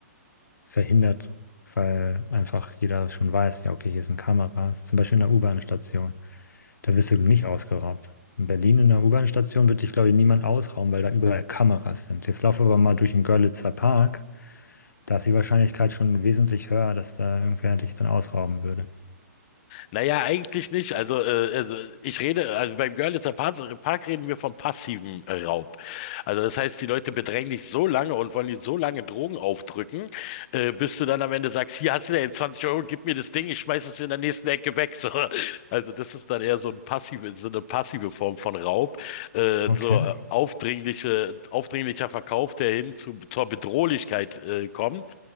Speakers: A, on the left (about 80°); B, on the left (about 40°).
A: verhindert, weil einfach jeder schon weiß, ja, okay, hier sind Kameras, zum Beispiel in der U-Bahn-Station. Da wirst du nicht ausgeraubt. In Berlin in der U-Bahn-Station wird dich, glaube ich, niemand ausrauben, weil da überall Kameras sind. Jetzt laufe aber mal durch den Görlitzer Park. Da ist die Wahrscheinlichkeit schon wesentlich höher, dass da irgendwer dich dann ausrauben würde.
B: Naja, eigentlich nicht. Also, äh, also ich rede, also beim Görlitzer Pa- Park reden wir vom passiven äh, Raub. Also das heißt, die Leute bedrängen dich so lange und wollen dir so lange Drogen aufdrücken, äh, bis du dann am Ende sagst, hier hast du ja 20 Euro, gib mir das Ding, ich schmeiß es in der nächsten Ecke weg. So. <laughs> Also das ist dann eher so ein passive, so eine passive Form von Raub. Äh,
A: Okay.
B: so äh, aufdringliche, aufdringlicher Verkauf, der hin zu, zur Bedrohlichkeit äh, kommt.